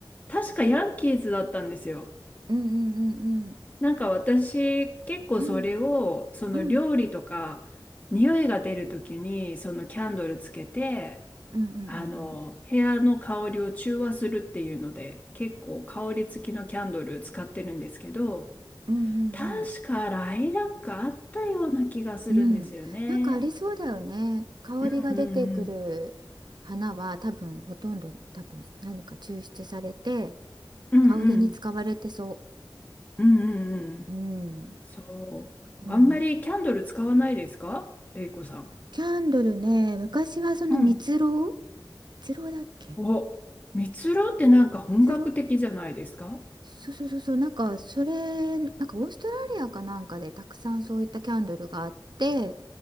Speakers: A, on the left (about 20°); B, on the right (about 60°).
A: 確かヤンキーズだったんですよ。
B: うんうんうん。
A: なんか私結構それをその料理とか匂いが出る時にそのキャンドルつけて
B: うんうんうんうんう
A: あの部屋の香りを中和するっていうので結構香り付きのキャンドル使ってるんですけど
B: んうんうんうんうん
A: 確かライラックあったような気がするんですよね。
B: うん、なんかありそうだよね。香りが出てくる花は多分ほとんど多分何か抽出されて
A: うんうんうん
B: 香りに使われてそ
A: うんうんうんうんうん
B: う。うん、
A: そうあんまりキャンドル使わないですかレイコさ
B: うん。キャンドルね、昔はその蜜蝋
A: んうん
B: 蜜蝋だっけ
A: お、蜜ろうってなんか本格的じゃないですか
B: 蜜蝋そうそうそうそう、なんかそれ、なんかオーストラリアかなんかでたくさんそういったキャンドルがあって、